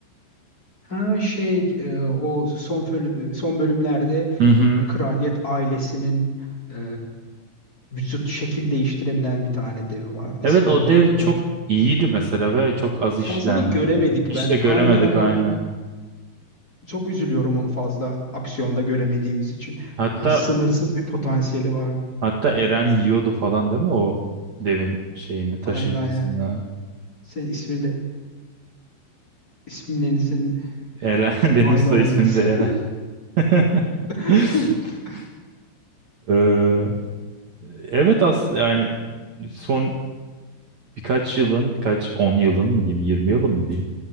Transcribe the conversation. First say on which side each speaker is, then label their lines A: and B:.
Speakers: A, on the left; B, on the right.
A: Ha şey e, o son bölüm- son bölümlerde
B: Hı hı.
A: kraliyet ailesinin e, vücut şekil değiştirebilen bir tane devi vardı.
B: Evet
A: İsmini
B: o
A: unuttum.
B: dev çok iyiydi mesela ve çok az
A: Fazla
B: işlendi.
A: da göremedik
B: Hiç
A: ben.
B: de göremedik
A: Aynen aynen.
B: aynen.
A: Çok üzülüyorum onu fazla aksiyonda göremediğimiz için.
B: Hatta
A: Ya sınırsız bir potansiyeli var.
B: hatta Eren yiyordu falan değil mi o devin şeyini taşıyıcısını.
A: Aynen aynen. Senin ismin de isimlerinizin
B: Eren <laughs> benim
A: aynı
B: soy
A: olması.
B: ismim de Eren. <laughs>
A: <laughs>
B: Ee, evet as yani son birkaç yılın, birkaç on yılın mı diyeyim, 20 yılın mı diyeyim.